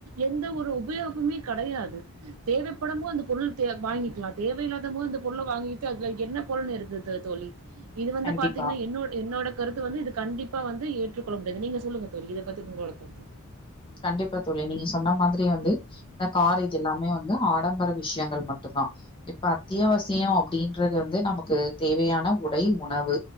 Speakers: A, on the right (about 75°); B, on the left (about 25°).
A: எந்த ஒரு உபயோகமே கடையாது தேவைப்படமோ அந்த பொருள் த வாங்கி க்கலா தேவையில்லாத போது அந்த பொருள வாங்கிட்டு அதுல என்ன பொருன்னு இருக்கு தோழி இது வந்து
B: கண்டிப்பா
A: பாத்தீங்கனா என்னோடு என்னோட கருத்து வந்து இது கண்டிப்பா வந்து ஏற்றுக்கொள்ள முடியாது நீங்க சொல்லுங்க தோழி இத பத்தி உங்களோட கருத்து
B: கண்டிப்பா தோழி நீங்க சொன்ன மாதிரி வந்து இந்த கார் இது எல்லாமே வந்து ஆடம்பர விஷ்யங்கள் மட்டுந்தா இப்ப அத்தியாவசியோ அப்டின்றது வந்து நமக்கு தேவையான உடை உணவு